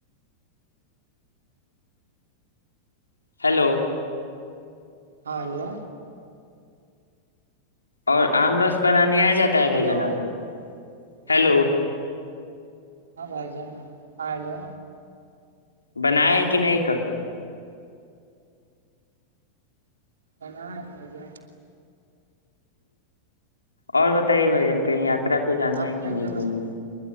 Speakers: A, on the left; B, on the right.
A: ہیلو
B: ہالو
A: اور آم رس بنانے آئے جاتا ہے بھائی
B: ہلو
A: جان آپ کو ہیلو
B: ہاں بھائی جانا ہاں ہیلو
A: بنایا کہ نہیں کب
B: بنا ہے بھیا
A: اور بتائیے بھائی جن کہیں آ ترا پہ جانا
B: آپ
A: ہے کہ
B: کیا
A: نہیں
B: کیا
A: گھومنے
B: بنا